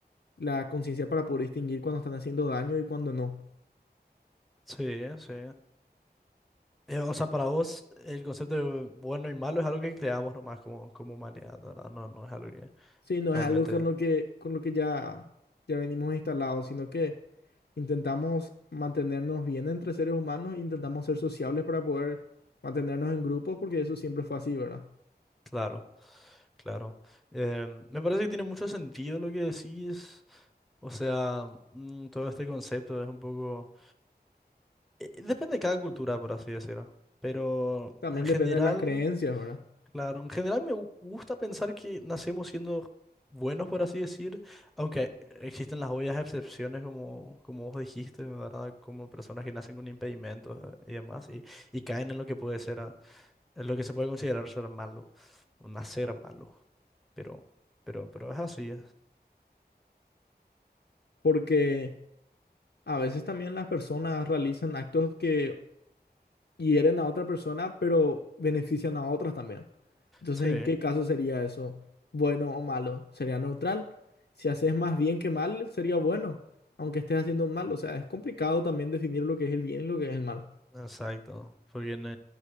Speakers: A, on the left; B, in the centre.
A: la conciencia para poder distinguir cuando están haciendo daño y cuando no.
B: Sí, sí. Eh, o sea, para vos el concepto de bueno y malo es algo que creamos nomás como, como humanidad, ¿verdad? No, no es algo que
A: Sí, no
B: realmente...
A: es algo con lo que, con lo que ya, ya venimos instalados, sino que intentamos mantenernos bien entre seres humanos, intentamos ser sociables para poder mantenernos en grupos, porque eso siempre fue así, ¿verdad?
B: Claro, claro. Eh, me parece que tiene mucho sentido lo que decís. O sea, mm, todo este concepto es un poco... eh, depende de cada cultura, por así decirlo. Pero
A: También
B: en general...
A: depende de las creencias, ¿verdad?
B: Claro, en general me gu- gusta pensar que nacemos siendo buenos, por así decir, aunque existen las obvias excepciones, como, como vos dijiste, ¿verdad? Como personas que nacen con impedimentos eh, y demás, y, y caen en lo que puede ser, ah, en lo que se puede considerar ser malo, o nacer malo, pero, pero, pero es así,
A: Porque a veces también las personas realizan actos que hieren a otra persona, pero benefician a otras también. Entonces,
B: sí.
A: ¿en qué caso sería eso? ¿Bueno o malo? Sería neutral. Si haces más bien que mal, sería bueno, aunque estés haciendo un mal. O sea, es complicado también definir lo que es el bien y lo que es el mal.
B: Exacto, porque ni,